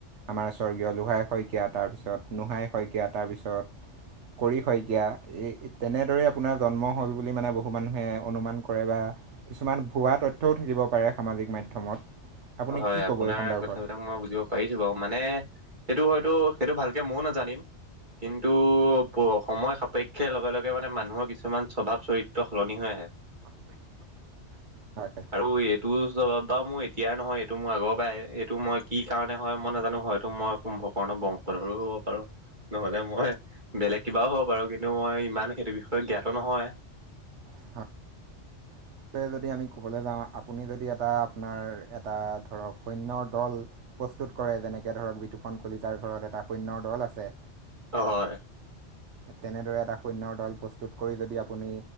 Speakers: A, on the right (about 85°); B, on the right (about 45°).
A: আমাৰ স্বৰ্গীয় লোহাই শইকীয়া তাৰপিছত নোহাই শইকীয়া তাৰপিছত কৰি শইকীয়া এই তেনেদৰে আপোনাৰ জন্ম হল বুলি মানে বহু মানুহে অনুমান কৰে বা, কিছুমান ভুৱা তথ্যও থাকিব পাৰে সামাজিক মাধ্যমত আপুনি
B: হয়
A: কি
B: আপোনাৰ
A: ক'ব এই সন্দৰ্ভত
B: কথাবিলাক মই বুজিব পাৰিছো বাৰু মানে সেইটো হয়তো সেইটো ভালকে ময়ও নাজানিম কিন্তু সময় সাপেক্ষে লগে লগে মানে মানুহৰ কিছুমান স্বভাৱ চৰিত্ৰ সলনি হৈ আ <unintelligible>
A: <inaudible> হয়
B: আৰু এইটো স্বভাব মোৰ এতিয়া এতিয়াৰ নহয় এইটো মোৰ আগৰ পৰাই এইটো মই কি কাৰণে হয় মই নাজানো হয়তো মই কুম্ভকৰ্ণৰ বংশধৰো হ'ব <unintelligible> নহলে মই বেলেগ কিবাও হ'ব পাৰো, কিন্তু মই ইমান সেইটো বিষয়ে জ্ঞাত নহয়।
A: <unintelligible> তে যদি আমি কবলৈ যাওঁ, আপুনি যদি এটা আপোনাৰ এটা ধৰক সৈন্যৰ দল। প্ৰস্তুত কৰে, যেনেকে ধৰক বিতুপন কলিতাৰ ঘৰত এটা সূন্যৰ দল আছে।
B: হয়।
A: তেনেদৰে এটা সৈন্যৰ দল প্ৰস্তুত কৰি, যদি আপুনি